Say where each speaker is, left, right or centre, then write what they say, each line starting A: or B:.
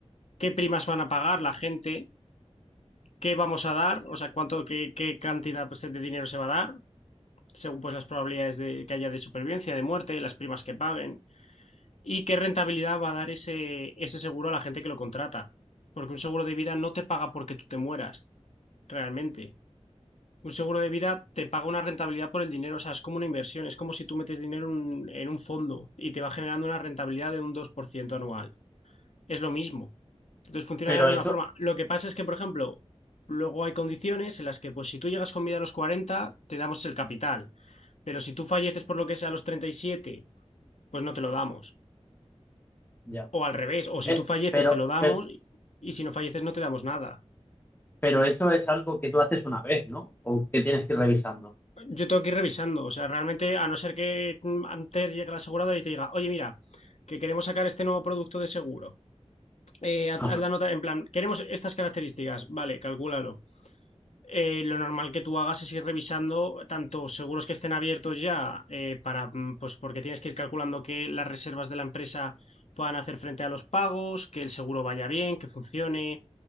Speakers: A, on the left; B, on the left.
A: qué primas van a pagar la gente, qué vamos a dar, o sea, cuánto, qué, qué cantidad pues, de dinero se va a dar, según pues las probabilidades de que haya de supervivencia, de muerte, las primas que paguen. y qué rentabilidad va a dar ese, ese seguro a la gente que lo contrata. Porque un seguro de vida no te paga porque tú te mueras, realmente. Un seguro de vida te paga una rentabilidad por el dinero, o sea, es como una inversión, es como si tú metes dinero en un, en un fondo y te va generando una rentabilidad de un 2% anual. Es lo mismo. Entonces funciona
B: Pero
A: de la misma
B: eso,
A: forma. Lo que pasa es que, por ejemplo, luego hay condiciones en las que, pues, si tú llegas con vida a los 40, te damos el capital, pero si tú falleces por lo que sea a los 37, pues no te lo damos.
B: ya.
A: O al revés, o
B: Pe-
A: si tú falleces
B: Pero,
A: te lo damos
B: pe-
A: y, y si no falleces no te damos nada.
B: pero, eso es algo que tú haces una vez, ¿no? O que tienes que ir revisando.
A: Yo tengo que ir revisando, o sea, realmente a no ser que mm, antes llegue la aseguradora y te diga, oye, mira, que queremos sacar este nuevo producto de seguro, eh, haz
B: Ajá,
A: haz la nota en plan, queremos estas características, vale, calcúlalo. Eh, lo normal que tú hagas es ir revisando tanto seguros que estén abiertos ya eh, para, mm, pues porque tienes que ir calculando que las reservas de la empresa puedan hacer frente a los pagos, que el seguro vaya bien, que funcione,